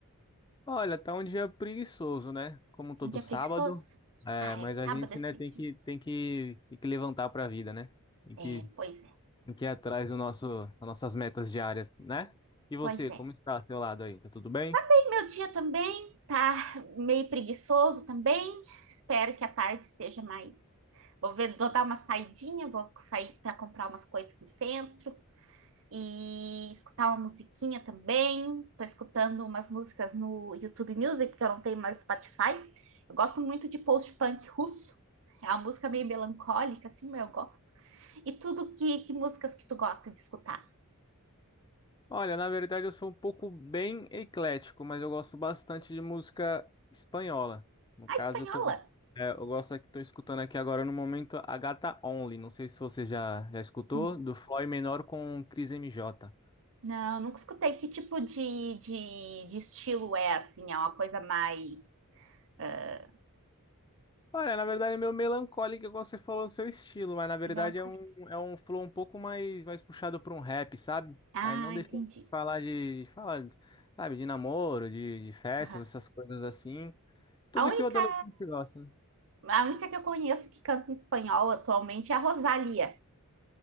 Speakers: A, on the left; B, on the right.
A: Olha, tá um dia preguiçoso, né? Como todo
B: Um dia
A: sábado.
B: preguiçoso?
A: É,
B: Ah,
A: mas
B: é
A: a
B: sábado
A: gente,
B: é sempre.
A: né, tem que tem que, tem que levantar pra vida, né? Tem que
B: É, pois é,
A: tem que ir atrás do nosso das nossas metas diárias, né? E você,
B: pois é.
A: como está ao seu lado aí? Tá tudo bem?
B: E meu dia também tá meio preguiçoso também. Espero que a tarde esteja mais. Vou ver, vou dar uma saidinha, vou sair para comprar umas coisas no centro. e escutar uma musiquinha também. Tô escutando umas músicas no YouTube Music, porque eu não tenho mais Spotify. Eu gosto muito de post-punk russo. É uma música meio melancólica, assim, mas eu gosto. E tudo que, que músicas que tu gosta de escutar?
A: Olha, na verdade eu sou um pouco bem eclético, mas eu gosto bastante de música espanhola. No
B: A
A: caso,
B: espanhola?
A: eu tô, é, eu gosto aqui, tô escutando aqui agora no momento a Gata Only. Não sei se você já, já escutou,
B: Hum,
A: do Floyd Menor com Cris M J.
B: Não, nunca escutei. Que tipo de, de, de estilo é, assim? É uma coisa mais... ah,
A: Olha, na verdade é meio melancólico, igual você falou do seu estilo, mas na verdade
B: meio melancólica?
A: é um, é um flow um pouco mais, mais puxado para um rap, sabe?
B: Ah,
A: Mas não deixa
B: entendi.
A: de falar de, de falar, sabe, de namoro, de, de festas,
B: Aham.
A: essas coisas assim. Tudo
B: A única
A: que o adolescente gosta. né?
B: A única que eu conheço que canta em espanhol atualmente é a Rosalía,